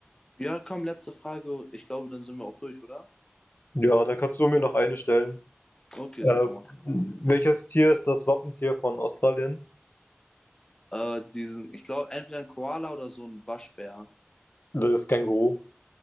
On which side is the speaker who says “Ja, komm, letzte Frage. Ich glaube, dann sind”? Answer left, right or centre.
Left